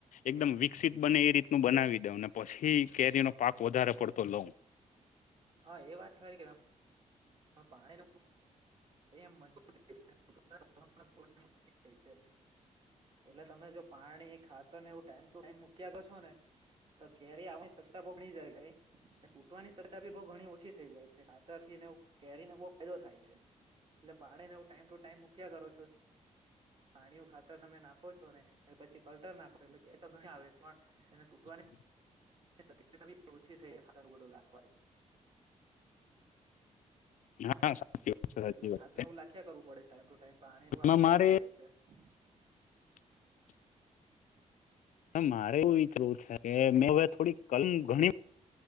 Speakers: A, on the left; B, on the right.
A: એકમ વિકસિત બને એ રીતનું બનાવી દવ પછી કેરીનો. પાક વધારે પડતો લઉં.
B: હા એ વાત ખરી કે ત. પાણી મજબૂત. <inaudible> છીઈ છે. એટલે તમે જો પાણી ખાતરને એવું ટાઈમ ટુ ટાઈમ મૂક્યા ગ છો ને. તો કેરી આવવાની સત્તા બહુ ઘણી જાય છે તૂટવાની સત્તા ભી બહુ ઘણી ઓછી થઈ જાય છે કાતર થી ને. કેરીને બહુ ફાયદો થાય છે એટલે પાણીને હું ટાઈમ ટુ ટાઈમ મૂક્યા કરો છો. પાણીયું ખાતર તમે નાખો છો ને પછી કલટર નાખો એટલે એ તો ઘણી આવે છે પણ એને તૂટવાની.
A: હ
B: શક્યતા બી ઓછી થઈ એ ખાતાનું ગટો લખવાની.
A: હા. સાચી વાત છે સાચી
B: એટલે
A: વાત
B: ખાદ ને હું લખ્યા કરવું પડે છે ટાઈમ ટુ ટાઈમ પાણીું
A: એમાં
B: આપ્યા
A: મારે
B: કરવું પડે છે.
A: <unintelligible>
B: <inaudible>
A: મારે એવું વિચારવું છે કે મેં હવે થોડી કલમ ઘણી.